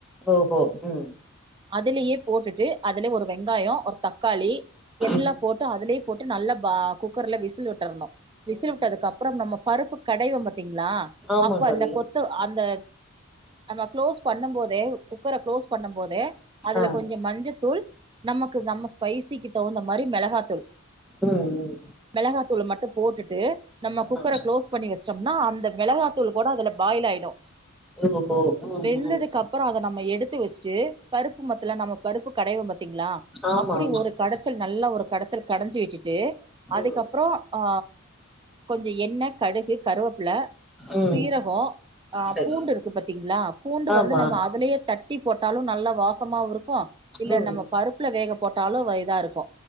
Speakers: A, in the centre; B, on the right (about 20°).
A: ஓஹோ ம்
B: அதுலயே போட்டுட்டு அதுல ஒரு வெங்காயோ ஒரு தக்காளி எல்லா
A: ம்
B: போட்டு அதுலே போட்டு நல்லா பா குக்கர்ல விசில் விட்டுர்ணு விசிறி
A: ம்
B: வுட்டதுக்கப்றம் நம்ம பருப்பு கடைவம் பாத்தீங்களா
A: ஆமா
B: அப்போ
A: தோழி
B: அந்த கொத்து அந்த நம்ம க்ளோஸ் பண்ணும் போதே குக்கர குளோஸ் பண்ணும் போதே அதுல
A: ஆ
B: கொஞ்சோ மஞ்சத்தூள் நமக்கு நம்ம ஸ்பைசிக்கு தகுந்த மாரி மிளகாத்தூள்
A: ம் ம்
B: மிளகாத்தூள மட்டு போட்டுட்டு நம்ம குக்கர
A: ஆ
B: க்ளோஸ் வஷ்ட்டம்னா அந்த மிளகாத்தூள் கூட அதுல பாயில் ஆயிடு
A: ஓஹோ ம்
B: வெந்ததுக்
A: ம்
B: கப்பறோ அத நம்ம எடுத்து வச்சுட்டு பருப்பு மத்துல நம்ம பருப்பு கடைவோ பாத்தீங்ளா
A: ஆமா
B: அப்டி
A: ஆமா
B: ஒரு
A: தோழி.
B: கடச்சல் நல்லா ஒரு கடச்சல் கடஞ்சி விட்டுட்டு அதுக்கப்பறோ
A: ம்
B: ஆ கொஞ்சோ எண்ணெ கடுகு கருவேப்பில
A: ம்
B: சீரகோ ஆ
A: சரி
B: பூண்டு இருக்கு பாத்தீங்ளா பூண்டு
A: ஆமா
B: வந்து நம்ம அதுலயே தட் டி போட்டாலு நல்ல வாசமாவு இருக்கு இல்ல
A: ம்
B: நம்ம பருப்புல வேக போட்டாலு இதா இருக்கு